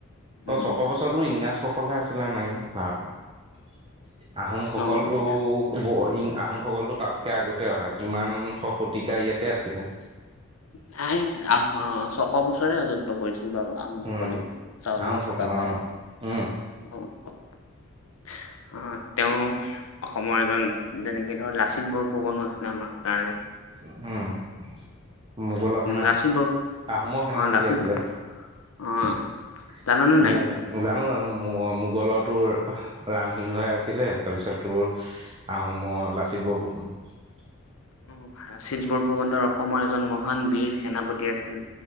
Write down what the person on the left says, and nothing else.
উম
নহয়
নাই আহোম ছশ বছৰে কৰিছিলে <unintelligible> বাৰু আহোম সকলেও
চাওলুং
চুকাফাই
<inaudible>
আহ তেওঁ অসমৰ এজন যেনেকে ধৰ লাচিত বৰফুকনো আছিলে আমাৰ কাৰণে
লাচিত বৰ
অ লাচিত
অ
জাননে নাই
<inaudible> লাচিত বৰফুকন ধৰ অসমৰ এজন মহান বীৰ সেনাপতি আছিল